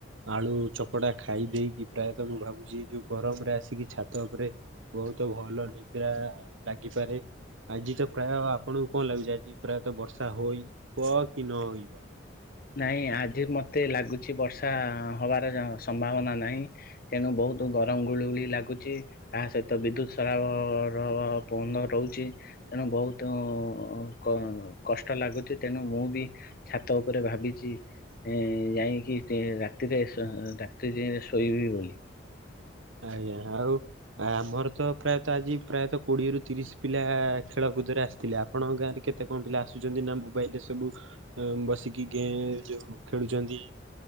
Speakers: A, on the right (about 90°); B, on the left (about 45°).
A: ଆଳୁ ଚକଟା ଖାଇ ଦେଇେଇକି ପ୍ରାୟତଃ ମୁଁ ଭାବୁଛି ଏଇ ଯୋଉ ଗରମରେ ଆସିକି ଛାତ ଉପରେ। ବହୁତ ଭଲ ନିଦ୍ରା ଲାଗିପାରେ। ଆଜି ତ ପ୍ରାୟ ଆପଣଙ୍କୁ କଣ ଲାଗୁଛି ଆଜି ପ୍ରାୟତଃ ବର୍ଷା ହୋଇବ କି ନହୋଇବ?
B: ନାଇଁ ଆଜି ମତେ ଲାଗୁଛି ବର୍ଷା ହବାର ଯ ସମ୍ଭାବନା ନାହିଁ। ତେଣୁ ବହୁତ ଗରମ ଗୁଳି ଗୁଳି ଲାଗୁଛି। ତା ସହିତ ବିଦ୍ୟୁତ ସରାବର ବନ୍ଦ ରହୁଛି। ତେଣୁ ବହୁତ କ କଷ୍ଟ ଲାଗୁଛି ତେଣୁ ମୁଁ ବି ଛାତ ଉପରେ ଭାବିଛି ଏ ଯାଇକି ସେ ରାତିରେ ରାତି ଯ ଶୋଇବି ବୋଲି କି?
A: ଆଜ୍ଞା ଆଉ। ଆମର ତ ପ୍ରାୟତଃ ଆଜି ପ୍ରାୟତଃ କୋଡିଏରୁୁ ତିରିଶ ପିଲା ଖେଳକୁଦରେ ଆସିଥିଲେ। ଆପଣଙ୍କ ଗାଁରେ କେତେ କଣ ପିଲା ଆସୁଛନ୍ତି ନା ମୋବାଇଲ ରେ ସବୁ। ଅଏମ୍ ବସିକି ଗେ ଯୋଉ ଖେଳୁଛନ୍ତି।